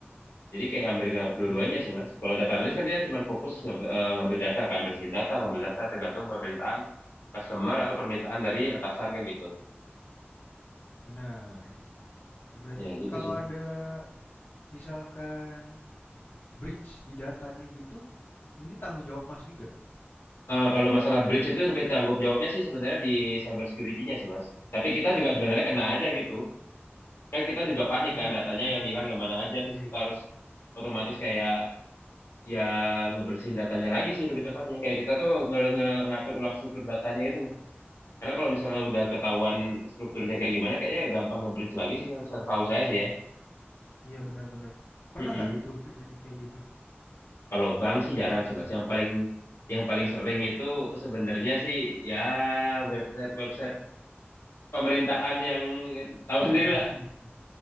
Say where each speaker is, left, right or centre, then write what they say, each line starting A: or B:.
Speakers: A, on the left (about 85°); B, on the left (about 55°).
A: Jadi kayak ambil ngambil dua-duanya
B: Ah,
A: sih mas. Kalau data analis kan dia cuma fokus ngambil, eh, ngambil data kan, bersihin data, ngambil data tergantung permintaan customer atau permintaan dari atasan kan gitu.
B: benar. Oh, berarti
A: Ya gitu
B: kalau
A: sih.
B: ada misalkan breach di datanya gitu, ini tanggung jawab Mas juga?
A: Eh, kalau masalah breach itu lebih tanggung jawabnya sih sebenarnya di cyber security-nya sih mas. Tapi kita juga sebenarnya kena aja gitu. kan kita juga panik
B: Hmm,
A: kan datanya
B: mhm.
A: yang hilang yang mana aja
B: Iya
A: terus
B: iya.
A: kita harus otomatis kayak ya ngebersihin datanya lagi sih lebih tepatnya kayak kita tuh nge nge- ngatur ulang struktur datanya itu loh. karena kalau misalnya udah ketahuan strukturnya kayak gimana kayaknya gampang nge-breach lagi sih yang saya- tahu saya sih ya
B: Iya, benar benar. Pernah
A: Mm-mm.
B: nggak tuh kejadian kayak gitu,
A: kalau bank sih
B: semasa
A: jarang sih
B: Mas
A: mas
B: kerja?
A: yang paling yang paling sering itu sebenarnya sih ya website website pemerintahan yang eh, tahu
B: <laughs>
A: sendiri
B: Iya
A: lah
B: iya iya.